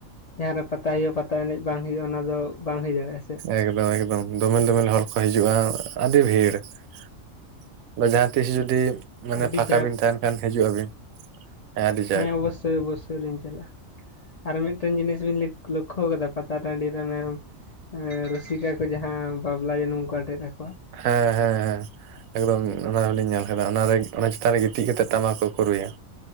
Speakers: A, on the left (about 75°); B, on the right (about 85°).
A: ᱡᱟᱦᱟᱸᱨᱮ ᱯᱟᱛᱟ ᱦᱩᱭᱩᱜ-ᱟ ᱯᱟᱛᱟ ᱮᱱᱮᱡ ᱵᱟᱝ ᱦᱩᱭᱩᱜ ᱚᱱᱟ ᱫᱚ ᱵᱟᱝ ᱦᱩᱭ ᱫᱟᱲᱮᱭᱟᱜᱼᱟ ᱥᱮ
B: ᱮᱠᱫᱚᱢ ᱮᱠᱫᱚᱢ ᱫᱚᱢᱮᱞ ᱫᱚᱢᱮᱞ ᱦᱚᱲ ᱠᱚ ᱦᱤᱡᱩᱜ-ᱟ ᱟᱹᱰᱤ ᱵᱷᱤᱲ ᱟᱫᱚ ᱡᱟᱦᱟᱸᱛᱤᱥ ᱡᱩᱫᱤ ᱢᱟᱱᱮ
A: ᱟᱹᱰᱤ
B: ᱯᱷᱟᱠᱟ
A: ᱡᱟᱸᱠ
B: ᱵᱤᱱ ᱛᱟᱦᱮᱱ ᱠᱷᱟᱱ ᱦᱤᱡᱩᱜ ᱟᱵᱤᱱ ᱦᱮᱸ ᱟᱹᱰᱤ ᱡᱟᱸᱠ
A: ᱦᱮᱸᱵᱚᱥᱥᱳᱭ ᱚᱵᱥᱥᱳᱭᱞᱤᱧ ᱪᱟᱞᱟᱜ-ᱟ ᱟᱨ ᱢᱤᱫᱴᱮᱱ ᱡᱤᱱᱤᱥ ᱵᱤᱱ ᱞᱚᱜ ᱞᱚᱠᱷᱳ ᱠᱟᱫᱟ ᱯᱟᱛᱟ ᱴᱟᱺᱰᱤ ᱨᱮ ᱚᱱᱮ ᱮᱸ ᱨᱩᱥᱤᱠᱟ ᱠᱚ ᱡᱟᱦᱟᱸ ᱵᱟᱵᱞᱟ ᱡᱟᱹᱱᱩᱢ ᱠᱚ ᱟᱴᱮᱫ ᱟᱠᱚᱣᱟ
B: ᱦᱮᱸ ᱦᱮᱸ ᱦᱮᱸ ᱮᱠᱫᱚᱢ ᱚᱱᱟ ᱦᱚᱸᱞᱤᱧ ᱧᱮᱞᱠᱟᱫᱟ ᱚᱱᱟᱨᱮ ᱚᱱᱟ ᱪᱮᱛᱟᱱ ᱨᱮ ᱜᱤᱛᱤᱡ ᱠᱟᱛᱮᱫ ᱴᱟᱢᱟᱠ ᱠᱚ ᱠᱚ ᱨᱩᱭᱟ